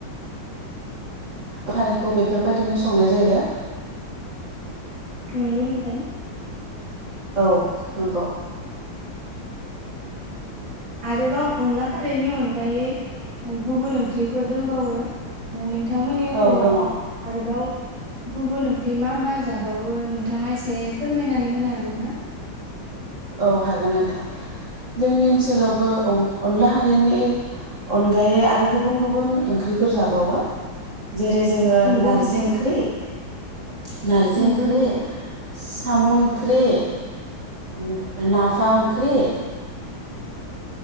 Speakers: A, on the right; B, on the right.
A: खारैखौ बेफोरबायदिनो संनाय जायो।
B: नंगौ नोंथां।
A: औ नंगौ।
B: आरोबाव अनला खारैनि अनगायै गुबुन ओंख्रिफोर दंबावो। <unintelligible> नोंथांमोननि ओनसोलाव
A: औ दङ
B: आरोबाव गुबुन ओंख्रि मा मा जाबावो नोंथाङा एसे फोरमायनानै होनो हागोन ना?
A: औ हागोन नोंथां जोंनि ओनसोलावबो अनला खारिनि अनगायै आरो गुबुन गुबुन ओंख्रिफोर जाबावो जेरै जोङो
B: नंगौ
A: नारजि
B: नोंथां
A: ओंख्रि <inaudible> नारजि
B: नंगौ
A: ओंख्रि
B: नोंथां
A: सि साम' ओंख्रि। <unintelligible> नाफाम ओंख्रि